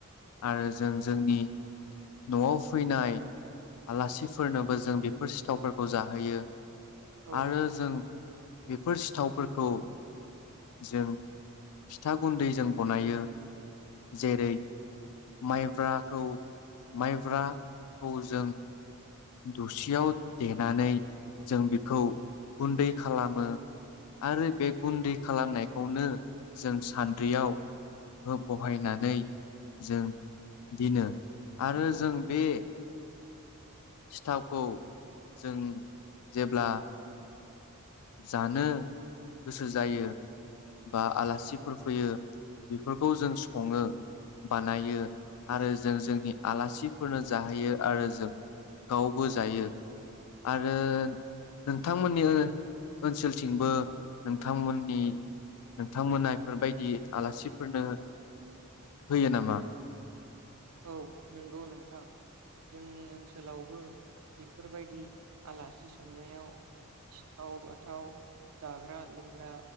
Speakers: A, on the left (about 85°); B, on the right (about 75°).
A: आरो जों जोंनि न'आव फैनाय आलासिफोरनोबो जों बेफोर सिथावफोरखौ जाहोयो।
B: औ
A: आरो जों बेफोर सिथावफोरखौ जों फिथा गुन्दै जों बनायो जेरै माइब्राखौ माइब्राखौ जों दसियाव देनानै जों बेखौ गुन्दै खालामो आरो बे गुन्दै खालामनायखौनो जों सान्द्रियाव ओ बहायनानै जों दिनो आरो जों बे सिथावखौ जों जेब्ला जानो गोसो जायो बा आलासिफोर फैयो बेफोरखौ जों सङो। बानायो आरो जों जोंनि आलासिफोरनो जाहोयो आरो जों गावबो
B: औ
A: जायो। आरो नोंथांमोननि ओ ओनसोलथिंबो नोंथांमोननि नोंथांमोना बेफोरबायदि आलासिफोरनो होयो नामा?
B: औ नंगौ नोंथां जोंनि ओनसोलावबो बेफोरबायदि आलासि सोंनायाव सिथाव बाथाव जाग्रा लोंग्रा